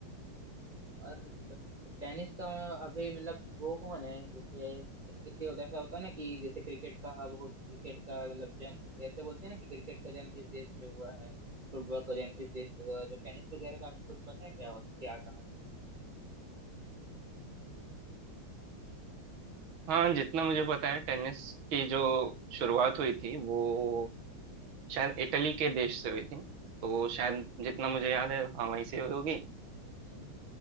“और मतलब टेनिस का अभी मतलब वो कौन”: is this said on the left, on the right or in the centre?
Right